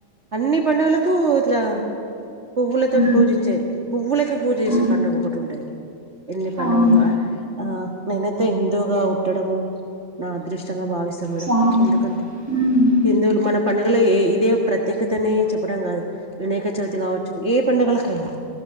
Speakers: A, on the right; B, in the centre.
A: అన్ని పండుగలకు ఇట్లా పువ్వులతోన్
B: ఆ,
A: పూజించే పువ్వులకి పూజ
B: ఆ,
A: చేసే పండుగ ఒకటి ఉంటది ఎన్ని పండుగల్లో
B: అవును
A: ఆ ఆ నేనైతే హిందవుగా ఉట్టడము నా అదృష్టంగా భావి స్తం మేడం
B: చాలా
A: ఎందుకంటే
B: ఉమ్,
A: హిందువులు మనం లే ఇదే ప్రత్యేకతనే చెప్పడం కాదు వినాయక చవితి కావచ్చు ఏ పండుగలకైనా